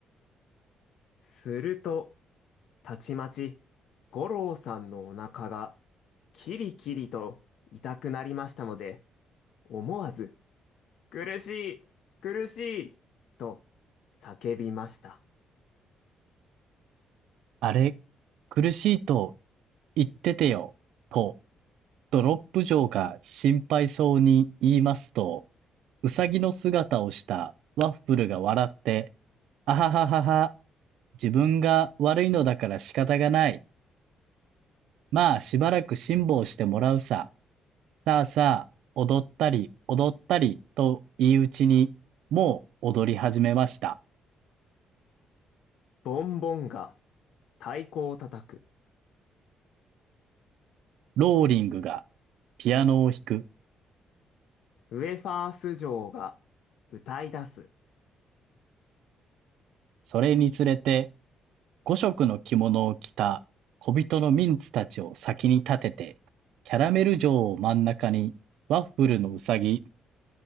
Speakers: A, on the left; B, on the right.
A: すると、たちまち、五郎さんのお腹が、キリキリと痛くなりましたので、思わず、苦しい、苦しい、と叫びました。
B: あれ、苦しいと言っててよ、と、ドロップ嬢が心配そうに言いますと、うさぎの姿をしたワッフルが笑って、あはははは。自分が悪いのだから仕方がない。まあ、しばらく辛抱してもらうさ。さあさあ、踊ったり、踊ったり、と言いうちに、もう踊り始めました。
A: ボンボンが太鼓を叩く。
B: ローリングがピアノを弾く。
A: ウェファース嬢が歌い出す。
B: それにつれて、五色の着物を着た小人のミンツたちを先に立てて、キャラメル城を真ん中に、ワッフルのうさぎ